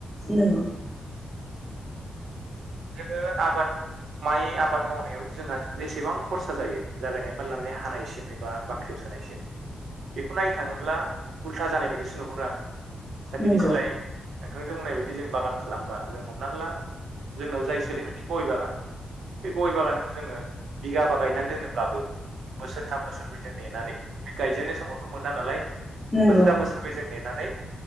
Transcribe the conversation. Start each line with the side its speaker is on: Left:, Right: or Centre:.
Centre: नोंगौ
Right: जोङो आबाद माइ आबाद मावनायाव जोंहा जेसेबां खरसा जायो जागायनायफ्राय लानानै हानायसिम एबा बा ख्रेबसानायसिम बेखौ नाय थाङोब्ला उल्था जानाय बायदिसो नुहुरो आङो दा बेनि
Centre: नंगौ
Right: सोलाय नोंथांजों बुंनाय बायदि जों बागान खालामबा जों हमनानै ला जोंनाव जाय सोलिबायदि गय बागान बे गय बागानखौ जोङो बिगाबा गायनानै दोनोब्लाबो बोसोरथाम बोसोर बै जों नेनानै बे गायजेननाय समावथ' मोन जानालाय
Centre: नंगौ
Right: बोसोरथाम बोसोरबै जों नेनानै